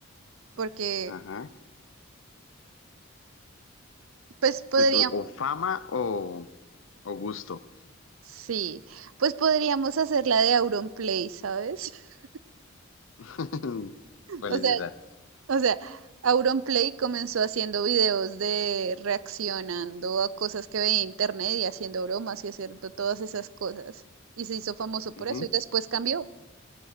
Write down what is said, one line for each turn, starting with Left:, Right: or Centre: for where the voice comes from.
Right: porque
Left: Ajá.
Right: pues podríamos,
Left: Pues o, o fama o, o gusto.
Right: sí, pues podríamos hacer la de Auronplay, ¿sabes? <laughs>
Left: <laughs> ¿Cuál
Right: O
Left: es
Right: sea,
Left: esa?
Right: o sea, Auronplay comenzó haciendo videos de reaccionando a cosas que veía en internet y haciendo bromas y haciendo todas esas cosas. Y se hizo famoso por
Left: Ujú.
Right: eso y después cambió.